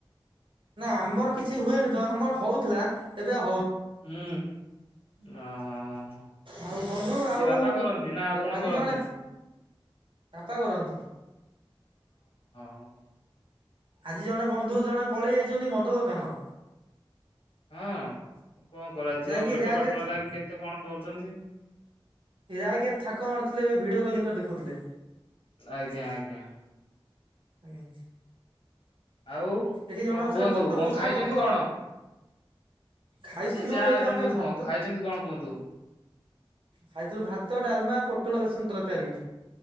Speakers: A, on the right (about 65°); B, on the left (about 80°).
A: ନା, ଆମର କିଛି ହୁଏନି ତ ଆମର ହଉଥିଲା। ଏବେ ଅ
B: ହୁଁ। ଅ-ଅ ହ ହ ହ,
A: ଆଉ ବନ୍ଧୁ
B: କିଏ
A: ଆଉ
B: ବାପା କରନ୍ତି ନା ଆପଣ
A: ଏ ଆଜି
B: କରନ୍ତି?
A: ଜଣେ ବାପା କରନ୍ତି।
B: ହ।
A: ଆଜି ଜଣେ ବନ୍ଧୁ ଜଣେ ପଳେଇ ଯାଇଛନ୍ତି, ମଦ ଦୋକାନ।
B: ହଁ, କଣ କରାଯିବ?
A: ଯାଇକି
B: ପେଟ
A: ର୍ୟାକ
B: ପାଟଣା
A: ରେ
B: ଲାଗି କେତେ କଣ କରୁଛନ୍ତି?
A: ଏରା ଏଇକରେ ମାରୁଥିଲେ। ଏବେ ଭିଡିଓ କଲିଂ କରି ଦେଖଉଥିଲେ।
B: ଆଜ୍ଞା, ଆଜ୍ଞା।
A: ଆଜ୍ଞା।
B: ଆଉ
A: ଏଠି
B: କଣ
A: ଜଣେ ଅଛନ୍ତି
B: କୁହନ୍ତୁ
A: ବଟକୃଷ୍ଣଙ୍କ
B: କଣ ଖାଇଛନ୍ତି
A: ପୁଅ।
B: କଣ
A: ଖାଇଥିଲୁ,
B: ଆ ସେ ଯାହା ହେଇଥାନ୍ତୁ
A: ଏବେ ଆମେ
B: ଶୁଣ
A: ଭାତ
B: ଖାଇଛନ୍ତି କଣ କୁହନ୍ତୁ
A: ଖାଇଥିଲୁ ଭାତ, ଡାଲମା, ପୋଟଳ ବେସନ ତରକାରୀ।